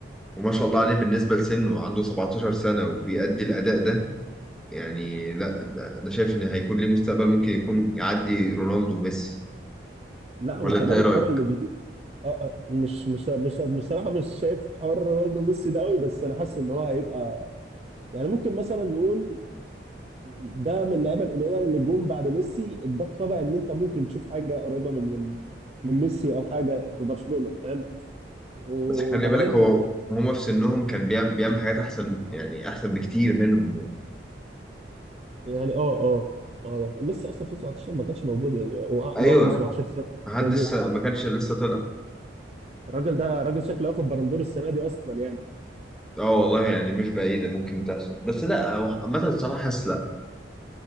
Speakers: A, in the centre; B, on the right.
A: وما شاء الله عليه بالنسبه لسنه عنده 17 سنه وبيأدي الاداء ده يعني لا ده- انا شايف ان هيكون ليه مستقبل ممكن يكون يعدي رونالدو وميسي
B: لا وكمان
A: ولا انت ايه
B: الكره
A: رايك
B: اللي بيجيب اه آه، مش مش مش بصراحه مش شايف حوار رونالدو وميسي ده قوي بس انا حاسس ان هو هيبقى يعني ممكن مثلا نقول ده من اللعيبه القليله اللي جم بعد ميسي اداك طبع ان انت ممكن تشوف حاجه قريبه من من من ميسي او حاجه في برشلونه فاهم وبعدين
A: بس خلي بالك هو هما في سنهم كان بيعمل, بيعمل حاجات احسن يعني احسن بكتير منهم
B: يعني اه اه اه ميسي اصلا في 17 ما كانش موجود يعني اللي
A: ايوه
B: هو عنده 17 سنه ما كانش
A: محدش
B: موجود
A: ما كانش لسه طلع
B: الراجل ده راجل شكله ياخد بالندور السنه دي اصلا يعني
A: اه والله يعني مش بعيده ممكن تحصل بس لا هو عامه الصراحه حاسس لا